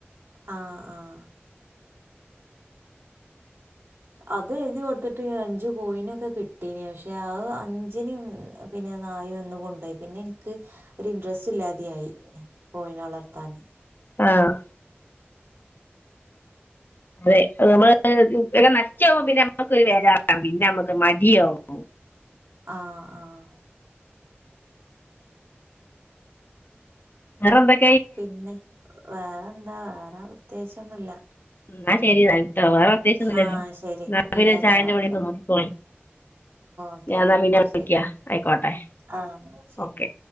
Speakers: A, on the right; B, on the left.
A: ആഹ് ആഹ് അത് എഴുതി കൊടുത്തിട്ട് അഞ്ചു കോഴിനൊക്കെ കിട്ടീന് പക്ഷെ ആ അഞ്ചിന് പിന്നെ നായ ഒന്ന് കൊണ്ടുപോയി പിന്നെ എനിക്ക് ഒരു ഇൻട്രസ്‌റ് ഇല്ലാതെയായി കോയിന വളർത്താൻ
B: ആഹ് അതെ നമ്മള് നശിച്ചൊവുമ്പോ പിന്നെ നമ്മക്കൊരു വേജാറാ പിന്നെ നമ്മുക്ക് മടിയാവും
A: ആഹ് ആഹ്
B: വേറെന്തെ
A: പിന്നെ വേറെ എന്താ വേറെ പ്രേതേകിച് ഒന്നുമല്ല
B: എന്നാ ശരി വേറെ അത്യാവശ്യം ഒന്നല്ലല്ലോ
A: ആ ശരി
B: ഞാ പിന്നെ
A: ഇല്ലല്ല
B: ചായന്റെ
A: ഓക്കെ
B: പണിയൊക്കെ നോക്കിക്കോള
A: ഓക്കെ
B: ഞാൻ എന്നാ
A: വാ
B: പിന്നെ വിളിക്ക
A: ശരി
B: ആയിക്കോട്ടെ
A: ആ ശരി
B: ഓക്കെ